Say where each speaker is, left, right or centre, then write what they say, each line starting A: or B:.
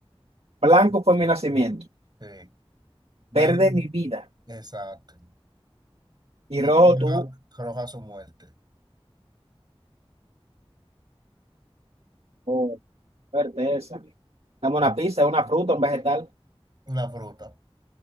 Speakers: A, on the right (about 75°); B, on the right (about 45°).
A: Blanco fue mi nacimiento.
B: Sí, verde,
A: Verde mi vida.
B: exacto.
A: Y
B: Y
A: rojo
B: roja,
A: tú.
B: roja su muerte.
A: Oh, fuerte esa. Dame una pista, una fruta, un vegetal.
B: Una fruta,